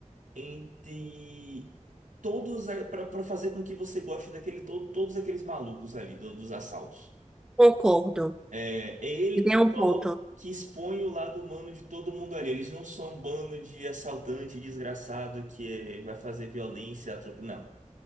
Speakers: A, on the right (about 80°); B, in the centre.
A: entre todos. Para fazer com que você goste daquele, to- todos aqueles malucos ali, do- dos assaltos.
B: Concordo.
A: É, é ele
B: Tem
A: que, to-
B: um ponto.
A: que expõe o lado humano de todo mundo ali. Eles não são um bando de assaltante desgraçado que é, vai fazer violência. a troco- Não.